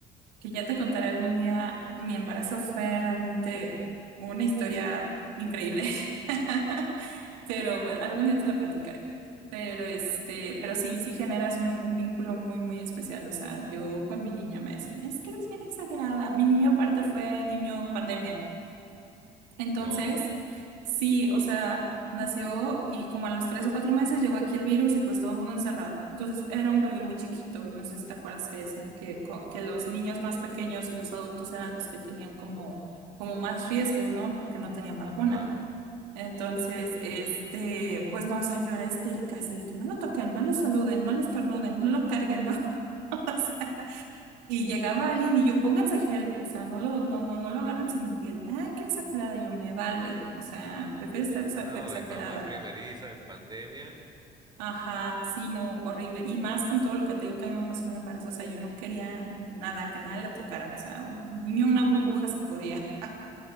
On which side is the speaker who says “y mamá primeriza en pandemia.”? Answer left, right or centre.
Right